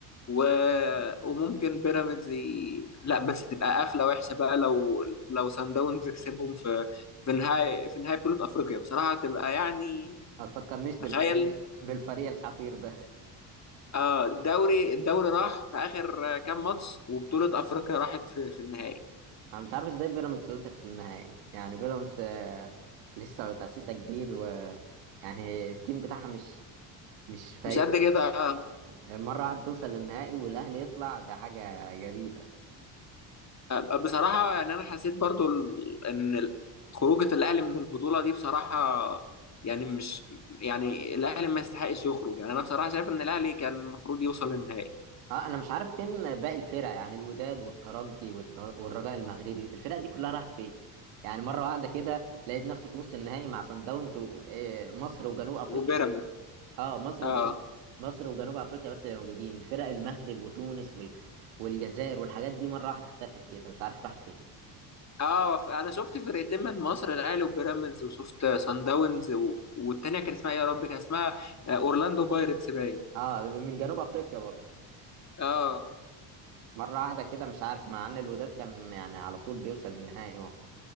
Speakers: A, on the left; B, on the right.
A: و... وممكن بيراميدز ي... لا بس تبقى قفله وحشه بقى لو لو سان داونز كسبهم في في نهائي في نهائي بطوله افريقيا بصراحه تبقى يعني
B: ما تفكرنيش بالفريق
A: تخيل
B: بالفريق الحقير ده
A: اه الدوري الدوري راح في اخر آه، كام ماتش وبطوله افريقيا راحت في في النهائي
B: انا مش عارف ازاي بيراميدز وصلت للنهائي يعني بيراميدز آه، لسه متأسسة جديد و يعني التيم بتاعها مش مش فريق
A: مش قد كده آه،
B: مرة واحدة توصل للنهائي والاهلي يطلع ده حاجة غريبة
A: آه، بصراحه يعني انا حسيت برضو ال- ان ال- خروجه الاهلي من البطوله دي بصراحه يعني مش يعني الاهلي ما يستحقش يخرج يعني انا بصراحه شايف ان الاهلي كان المفروض يوصل للنهائي
B: اه انا مش عارف فين باقي الفرق يعني الوداد والترجي والر- والرجاء المغربي الفرق دي كلها راحت فين يعني مره واحده كده لقيت نفسي في نص النهائي مع صن داونز ومصر وجنوب افريقيا
A: وبيراميدز
B: بس اه مصر
A: اه
B: وجنوب مصر وجنوب افريقيا بس اللي موجودين فرق المغرب وتونس وال... والجزائر والحاجات دي مره واحده اختفت كده مش عارف راحت فين
A: اه ف- انا شفت فرقتين من مصر الاهلي وبيراميدز وشفت سان داونز و... والتانيه كان اسمها إيه يا رب كان اسمها آه، اورلاندو بايرتس باين
B: اه من جنوب افريقيا برضه
A: اه
B: مره واحده كده مش عارف مع ان الوداد كان يعني على طول بيوصل للنهائي اه